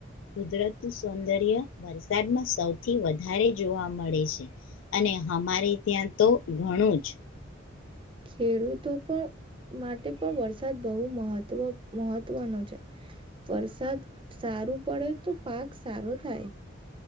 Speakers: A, on the left (about 70°); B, on the right (about 25°).
A: કુદરત નું સૌંદર્ય વરસાદમાં સૌથી વધારે જોવા મળે છે. અને અમારે ત્યાં. તો ઘણું જ.
B: ખેડૂતો પણ માટે પણ વરસાદ બહુ મહત્વ મહત્વનો છે, વરસાદ સારું પડે તો પાક સારો થાય.